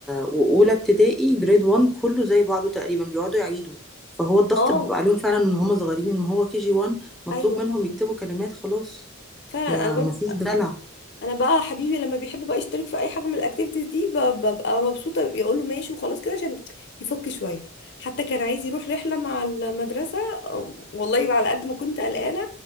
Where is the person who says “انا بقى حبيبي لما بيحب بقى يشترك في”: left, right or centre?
Left